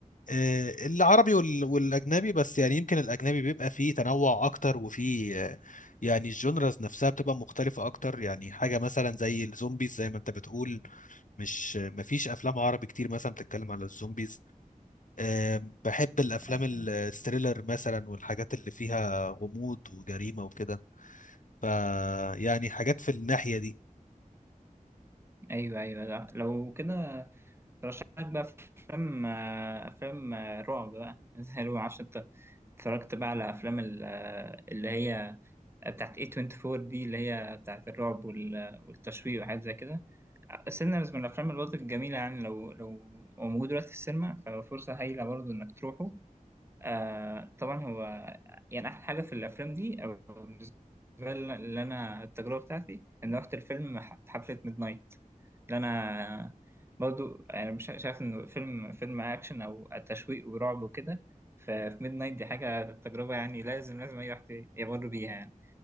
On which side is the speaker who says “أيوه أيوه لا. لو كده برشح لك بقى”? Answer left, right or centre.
Right